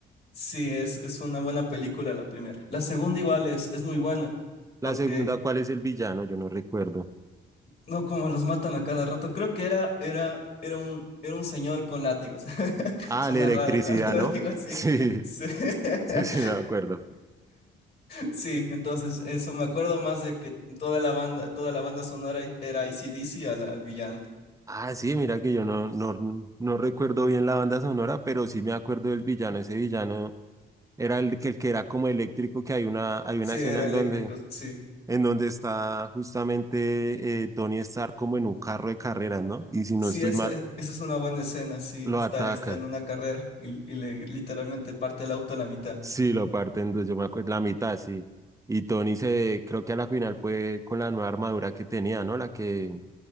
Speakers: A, on the left (about 55°); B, on the right (about 15°).
A: Sí, es, es una buena película la primera. La segunda igual es, es muy buena, porque
B: La segunda, ¿cuál es el villano? Yo no recuerdo.
A: no como los matan a cada rato. Creo que era, era, era un, era un señor con látigos. <laughs>
B: Ah,
A: Suena
B: la electricidad,
A: raro cuando <laughs> lo
B: ¿no?
A: digo así.
B: <laughs> Sí,
A: Sí. <laughs>
B: sí, sí, me acuerdo.
A: Sí, entonces eso me acuerdo más de que toda la banda, toda la banda sonora era AC/DC al, al villano.
B: Ah, sí, mira que yo no, no, no recuerdo bien la banda sonora, pero sí me acuerdo del villano. Ese villano Era el que, el que era como eléctrico, que hay una, hay
A: Sí,
B: una escena
A: era
B: en
A: eléctrico,
B: donde,
A: sí.
B: en donde está justamente eh, Tony Stark como en un carro de carreras, ¿no? Y si
A: Sí,
B: no estoy
A: esa,
B: mal,
A: e, esa es una buena escena, sí.
B: lo
A: Está,
B: ataca.
A: está en una carrera y, y le literalmente parte el auto a la mitad.
B: Sí, lo parten dos, yo me acuerdo, la mitad, sí. Y Tony se, creo que a la final fue con la nueva armadura que tenía, ¿no? La que